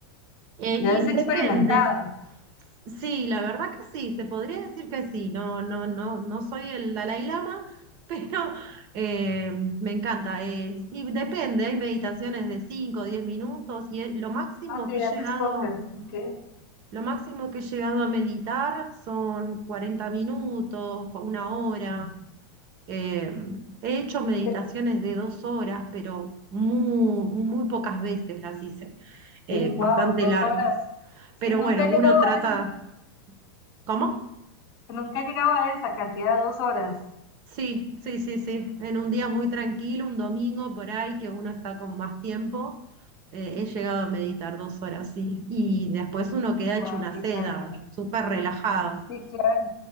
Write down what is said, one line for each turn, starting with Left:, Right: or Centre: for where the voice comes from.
Right: Eh, y
Left: Ya es experimentada.
Right: depende. Sí, la verdad que sí, se podría decir que sí. No, no, no, no soy el Dalai Lama, <laughs> pero eh, me encanta. Eh, y depende, hay meditaciones de 5 o 10 minutos y es- lo máximo
Left: Ah, que
Right: que he llegado
Left: haces pocas. Ok.
Right: Lo máximo que he llegado a meditar son 40 minutos, cu- una hora.
Left: Sí,
Right: Eh, he hecho meditaciones
Left: Eh,
Right: de dos horas, pero muy, muy pocas veces las hice,
Left: sí,
Right: eh,
Left: wow,
Right: bastante
Left: dos
Right: largas.
Left: horas. Sí,
Right: Pero
Left: nunca
Right: bueno,
Left: he llegado
Right: uno trata...
Left: a eso.
Right: ¿Cómo?
Left: Nunca he llegado a esa cantidad, dos horas.
Right: Sí, sí, sí, sí. En un día muy tranquilo, un domingo por ahí, que uno está con más tiempo, eh, he llegado a meditar dos horas, sí. Y después uno queda hecho
Left: Wow,
Right: una
Left: qué
Right: seda,
Left: carga.
Right: súper relajado.
Left: Sí, claro,